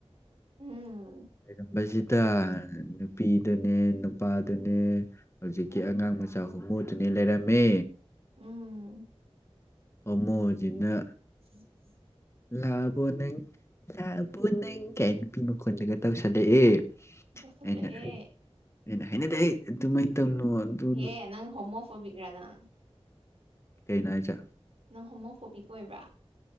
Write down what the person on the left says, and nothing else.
ꯂꯩꯔꯝꯕꯁꯤꯗ ꯅꯨꯄꯤꯗꯅꯦ ꯅꯨꯄꯥꯗꯅꯦ ꯍꯧꯖꯤꯛꯀꯤ ꯑꯉꯥꯡ ꯃꯆꯥ ꯍꯨꯝꯃꯨꯗꯨꯅꯤ ꯂꯩꯔꯝꯃꯦ
ꯃꯃꯣꯖꯤꯅ
ꯂꯥꯛꯑꯕꯣ ꯅꯪ ꯂꯥꯛꯕꯣ ꯅꯪ ꯀꯩ ꯅꯨꯄꯤ ꯃꯈꯣꯟꯗꯒ ꯇꯧꯁꯜꯂꯛꯑꯦ
ꯑꯩꯅꯩꯅ ꯍꯩꯅꯗꯤ ꯑꯩ ꯑꯗꯨꯃꯥꯏꯅ ꯇꯧꯅꯤ ꯑꯗꯨ
ꯀꯩꯅꯣ ꯍꯥꯏꯁ